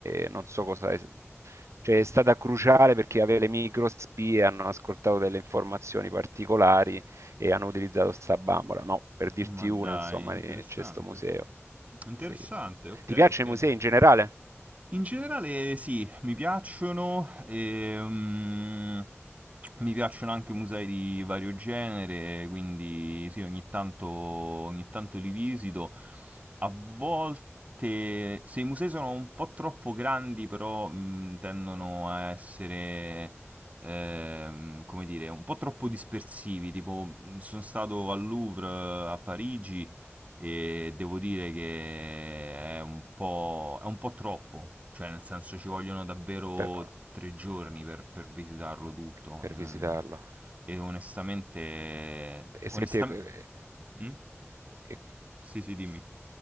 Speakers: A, on the right; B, on the right.
A: eh, non so cosa è, cioè è stata cruciale perché aveva le microspie, hanno ascoltato delle informazioni particolari e hanno utilizzato sta bambola, ma per dirti
B: Ma
A: una,
B: dai,
A: insomma,
B: interessante.
A: eh, c'è sto museo.
B: Interessante,
A: Sì.
B: ok,
A: Ti piacciono
B: ok.
A: i musei in generale?
B: In generale sì, mi piacciono, ehm, mi piacciono anche musei di vario genere, quindi sì, ogni tanto, ogni tanto li visito. A volte, se i musei sono un po' troppo grandi, però mh, tendono a essere, ehm, come dire, un po' troppo dispersivi. Tipo, mh, sono stato al Louvre a Parigi e devo dire che è un po', è un po' troppo, cioè nel senso ci vogliono davvero
A: Per,
B: tre giorni per, per visitarlo tutto
A: per
B: e,
A: visitarlo.
B: non- e onestamente...
A: E
B: onestamente...
A: senti, eh,
B: Mm?
A: eh,
B: Sì, sì, dimmi.